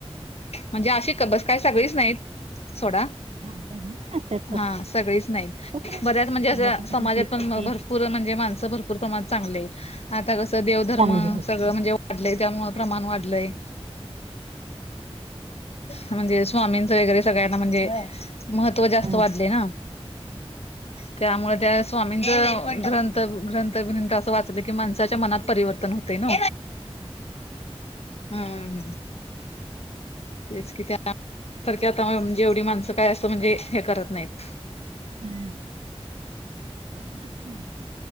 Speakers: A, on the left (about 70°); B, on the right (about 70°).
A: म्हणजे अशी कबस काय सगळीच नाहीत सोडा.
B: <inaudible>
A: हा सगळेच नाहीत
B: तसं तसं
A: बऱ्याच
B: शंभर
A: म्हणजे अं
B: टक्क्यातले
A: समाजात
B: तीस
A: पण
B: टक्के
A: भरपूर म्हणजे, माणसं भरपूर प्रमाणात चांगले आहेत. आता कसं देवधर्म
B: चांगले आहेत.
A: सगळं
B: हा.
A: म्हणजे वाढलंय त्यामुळ प्रमाण वाढलंय. म्हणजे स्वामींच वगैरे सगळ्यांना म्हणजे. महत्त्व जास्त
B: हम्म.
A: वाढले ना. त्यामुळे त्या स्वामींच ग्रंथ ग्रंथ असं वाचलं की माणसाच्या मनात परिवर्तन होते नव. हम! तेच कि त्या सारख आता म्हणजे एवढी माणसं काय अस म्हणजे हे करत नाहीत.
B: हा क्वचितच